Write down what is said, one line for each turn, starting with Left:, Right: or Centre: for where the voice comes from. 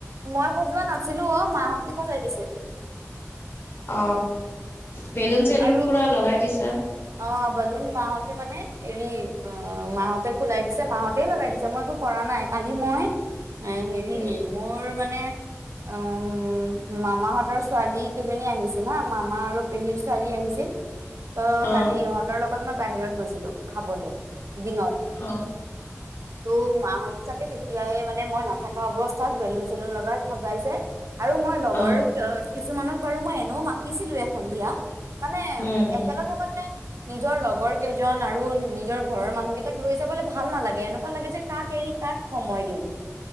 Right: মই খজোৱা নাছিলো অ মাহঁতে খজাই দিছিল
Left: অ। বেলুন চেলুন
Right: আৰু
Left: পুৰা লগাই দিছা
Right: অ বাদুন মাহতে মানে এৰি অ মাহঁতে ফুলাই দিছে মাহতেই লগাই দিছে মই একো কৰা নাই, কালি মই। এ হেৰি
Left: উম
Right: মোৰ মানে অম মামাহতৰ ছোৱালী কেইজনী আহিছিল হা মামা আৰু পেহীৰ ছোৱালী আহিছিল ত
Left: অ
Right: কালি ইহঁতৰ লগত মই বাহিৰত গৈছিলো খাবলে। দিনত
Left: অ
Right: ত' মাহত চাগে তেতিয়াই মানে মই নাথকা অৱস্থাত বেলুন চেলুন লগাই খজাইছে। আৰু মই লগৰ
Left: অ
Right: কিছুমানত বাৰু মই এনেও মাতিছিলো এ সন্ধিয়া। মানে
Left: উম হম
Right: একেলগে মানে নিজৰ লগৰ কেইজন আৰু নিজৰ ঘৰৰ মানুহকেইটাক লৈ যাবলৈ ভাল নালাগে। এনেকুৱা লাগে যে কাক এৰি কাক সময় দিম।